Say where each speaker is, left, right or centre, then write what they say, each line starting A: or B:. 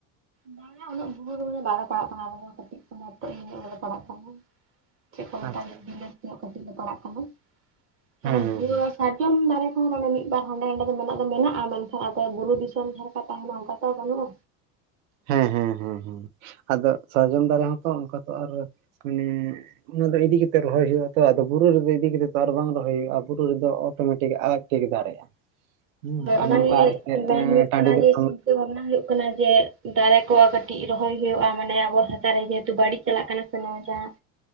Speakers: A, on the right; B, on the right.
A: ᱵᱟᱝ ᱟ ᱩᱱᱟᱹᱜ ᱵᱩᱨᱩ ᱫᱚ ᱩᱱᱟᱹᱜ ᱵᱟᱞᱮ ᱯᱟᱲᱟᱜ ᱠᱟᱱᱟ ᱟᱞᱮ ᱫᱚ ᱠᱟᱹᱴᱤᱡ ᱱᱚᱛᱮ ᱤᱭᱟ ᱱᱚᱜ ᱜᱮᱞᱮ ᱯᱟᱲᱟᱜ ᱠᱟᱱᱟ ᱪᱮᱫ ᱠᱚ ᱢᱮᱛᱟᱜᱼᱟ
B: ᱟᱪᱪᱷᱟ
A: ᱵᱤᱞᱟᱹᱛ ᱧᱚᱜ ᱠᱟᱹᱴᱤᱡ ᱞᱮ ᱯᱟᱲᱟᱜ ᱠᱟᱱᱟ ᱢᱟᱱᱮ
B: ᱦᱮᱸ ᱦᱮᱸ
A: ᱵᱤᱲᱟᱹᱣᱟ ᱥᱟ ᱥᱟᱨᱡᱚᱢ ᱫᱟᱨᱮ ᱠᱚᱦᱚᱸ ᱢᱟᱱᱮ ᱢᱤᱫ ᱵᱟᱨ ᱦᱟᱸᱰᱮ ᱱᱟᱰᱮ ᱫᱚ ᱢᱮᱱᱟᱜ ᱫᱚ ᱢᱮᱱᱟᱜᱼᱟ ᱢᱮᱱᱠᱷᱟᱱ ᱟᱯᱮᱭᱟᱜ ᱵᱩᱨᱩ ᱫᱤᱥᱚᱢ ᱡᱟᱦᱟᱸ ᱞᱮᱠᱟ ᱛᱟᱦᱮᱱᱟ ᱚᱱᱠᱟ ᱛᱚ ᱵᱟᱹᱱᱩᱜᱼᱟ
B: ᱦᱮᱸ ᱦᱮᱸ ᱦᱮᱸ ᱟᱫᱚ ᱥᱟᱨᱡᱚᱢ ᱫᱟᱨᱮ ᱦᱚᱸᱛᱚ ᱚᱱᱠᱟ ᱛᱚ ᱟᱨ ᱢᱟᱱᱮ ᱚᱱᱟ ᱫᱚ ᱤᱫᱤ ᱠᱟᱛᱮᱫ ᱨᱚᱦᱚᱭ ᱦᱩᱭᱩᱜ ᱟ ᱛᱚ ᱟᱫᱚ ᱵᱩᱨᱩ ᱨᱮᱫᱚ ᱤᱫᱤ ᱠᱟᱛᱮᱫ ᱛᱚ ᱟᱨ ᱵᱟᱝ ᱨᱚᱦᱚᱭ ᱦᱩᱭᱩᱜᱼᱟ ᱵᱩᱨᱩ ᱨᱮᱫᱚ ᱚᱴᱳᱢᱮᱴᱤᱠ ᱟᱡ ᱛᱮᱜᱮ ᱫᱟᱨᱮᱜᱼᱟ ᱦᱮᱸ
A: ᱦᱮ
B: ᱟᱨ
A: ᱚᱱᱟᱜᱮ
B: ᱱᱚᱝᱠᱟ ᱟᱨ ᱪᱮᱫ
A: ᱢᱮᱱ ᱦᱩᱭᱩᱜ
B: ᱴᱟᱺᱰᱤ
A: ᱠᱟᱱᱟ
B: ᱫᱤᱥᱚᱢ
A: ᱡᱮ ᱪᱤᱱᱛᱟ. ᱵᱷᱟᱵᱱᱟ ᱦᱩᱭᱩᱜ ᱠᱟᱱᱟ ᱡᱮ ᱫᱟᱨᱮ ᱠᱚ ᱠᱟᱹᱴᱤᱡ ᱨᱚᱦᱚᱭ ᱦᱩᱭᱩᱜᱼᱟ ᱢᱟᱱᱮ ᱟᱵᱚ ᱪᱮᱛᱟᱱ ᱨᱮ ᱡᱮᱦᱮᱛᱩ ᱵᱟᱹᱲᱤᱡ ᱪᱟᱞᱟᱜ ᱠᱟᱱᱟ ᱡᱟᱦᱟᱸ